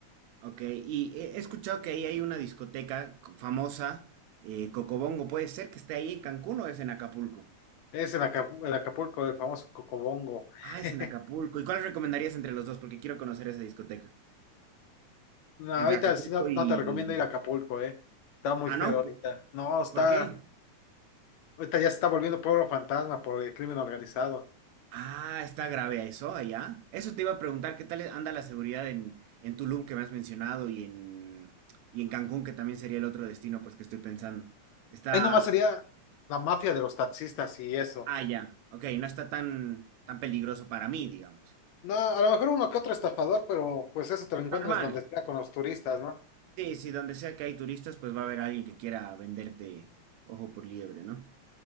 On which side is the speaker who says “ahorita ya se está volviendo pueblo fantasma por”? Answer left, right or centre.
Left